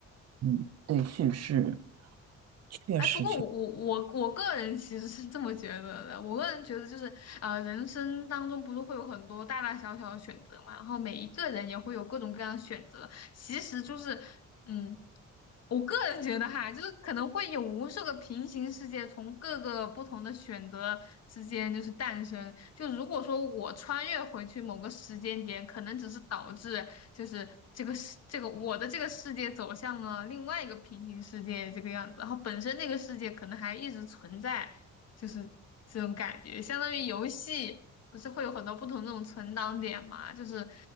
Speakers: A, on the right (about 55°); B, on the left (about 55°).
A: 嗯，对叙事，确实确
B: 哎，不过我我我我个人其实是这么觉得的。我个人觉得就是，呃，人生当中不是会有很多大大小小的选择嘛，然后每一个人也会有各种各样的选择。其实就是，嗯。我个人觉得哈，就是可能会有无数个平行世界从各个不同的选择之间就是诞生。就如果说我穿越回去某个时间点，可能只是导致就是这个世这个我的这个世界走向了另外一个平行世界这个样子，然后本身那个世界可能还一直存在，就是这种感觉，相当于游戏不是会有很多不同那种存档点嘛？就是